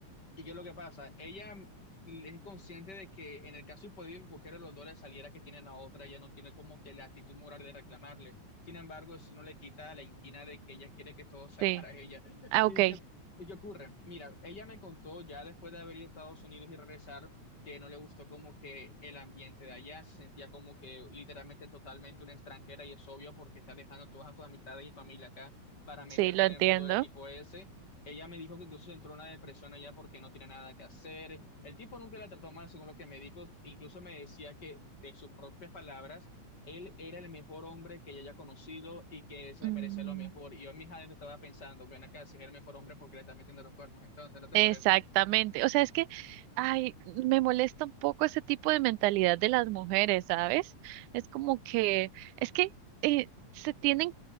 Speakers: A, on the left; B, on the right.
A: ¿Y qué es lo que pasa? Ella es consciente de que en el caso hipotético que cualquiera de los dos le saliera que tienen a otra, ella no tiene como que la actitud moral de reclamarle. Sin embargo, eso no le quita la inquina de que ella quiere que todo sea
B: Sí.
A: para ella.
B: Ah,
A: ¿Y
B: ok.
A: qué, y qué ocurre? Mira, ella me contó ya después de haber ido a Estados Unidos y regresar que no le gustó como que el ambiente de allá, se sentía como que literalmente totalmente una extranjera y es obvio porque está dejando todas tus amistades y familia acá para meterte
B: Sí, lo
A: en
B: entiendo.
A: el mundo del tipo ese. Ella me dijo que incluso entró en una depresión allá porque no tenía nada que hacer. El tipo nunca la trató mal, según lo que me dijo. Incluso me decía que, de sus propias palabras, él era el mejor hombre que ella haya conocido y que se
B: Mm.
A: merecía lo mejor. Y yo en mis adentros estaba pensando, ven acá, si es el mejor hombre, porque le está metiendo los cuernos? Entonces, ¿no te parece?
B: Exactamente. O sea, es que, ay, me molesta un poco ese tipo de mentalidad de las mujeres, ¿sabes? Es como que, es que eh, se tienen,